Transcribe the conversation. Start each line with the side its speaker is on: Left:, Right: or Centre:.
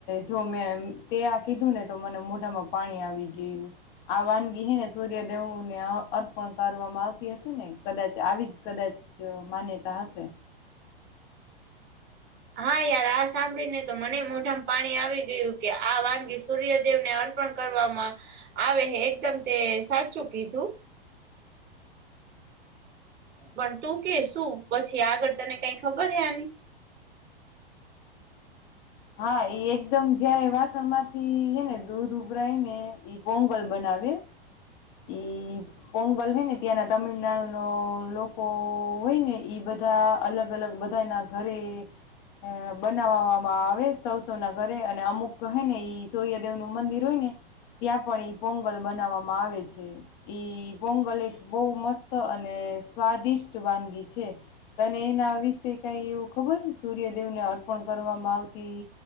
Left: જો મેં તે આ કીધું ને તો મને મોઢામાં પાણી આવી. આ વાનગી હને સૂર્ય દેવને અર્પણ કરવામાં આવતી હશે ને કદાચ. આવી જ કદાચ માન્યતા હશે.
Right: હા યાર આ સાંભળીને તો મને મોઢામાં પાણી આવી ગયું કે આ વાનગી સૂર્યદેવ ને અ. કરવામાં આવે એકદમ તે સાચું કીધું. પણ તું કે શું પછી આગળ તને કઈ ખબર હે આની.
Left: હા એકદમ જયારે વાસણ માંથી હેને દૂધ ઉભરાય ને ઈ પોંગલ બનાવે. આવે. ઈ પોંગલ હોય ને ત્યાંના તમિલનાડુ ન લોકો હોય ને ઈ બધા. બધા અલગ અલગ બધાના ઘરે. અ બનાવવામાં આવે સૌ સૌ ના ઘરે અને અમુક કહે ને ઈ સૂર્યદેવ નું મંદિર હોય ને. ત્યાં પણ એ પોંગલ બનાવવામાં આવે છે. પોંગલ એક બહુ મસ્ત અને સ્વાદિષ્ટ વાનગી છે. તને એના વિશે કઈ એવું ખબર સૂર્યદેવને અર્પણ કરવામાં આવતી